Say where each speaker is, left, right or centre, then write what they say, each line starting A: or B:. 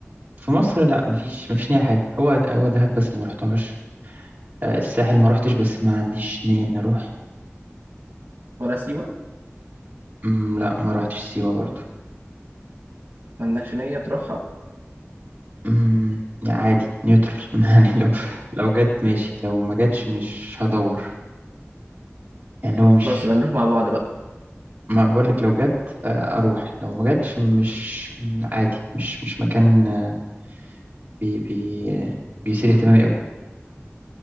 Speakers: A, on the right; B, on the right.
A: في مصر لا مفيش مفيش نية لحاجة هو هو دهب بس اللي مرحتهاش آه، الساحل ما روحتش بس ما عنديش نية إني أروح
B: ولا سيوة
A: أمم، لا ما روحتش سيوة برضه
B: ما عندكش نية تروحها
A: أمم، يعني عادي نيوترال <laughs> يعني لو لو جت ماشي لو ما جاتش مش هدور يعني اللي هو مش
B: خلاص يبقى نروح مع بعض بقى
A: ما بقول لك لو جت آه، اروح لو ما جاتش مش عادي مش مش مكان آه، بي بي بيثير اهتمامي قوي